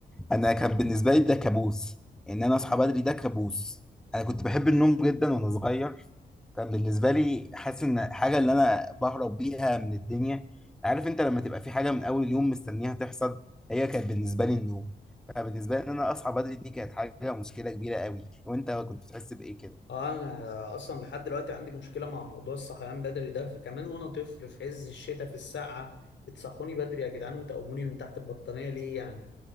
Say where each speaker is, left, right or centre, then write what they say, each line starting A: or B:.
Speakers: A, in the centre; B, on the left.
A: انا كان بالنسبه لي ده كابوس ان انا اصحى بدري ده كابوس انا كنت بحب النوم جدا وانا صغير كان بالنسبه لي حاسس ان حاجه اللي انا بهرب بيها من الدنيا عارف انت لما تبقى في حاجه من اول يوم مستنيها تحصل هي كانت بالنسبه لي النوم فبالنسبه لي ان انا اصحى بدري دي كانت حاجه مشكله كبيره قوي وانت كنت بتحس بايه كده
B: اه انا اصلا لحد دلوقتي عندي مشكله مع موضوع الصحيان بدري ده فكمان وانا طفل في عز الشتاء في السقعه بتصحوني بدري يا جدعان وتقوموني من تحت البطانيه ليه يعني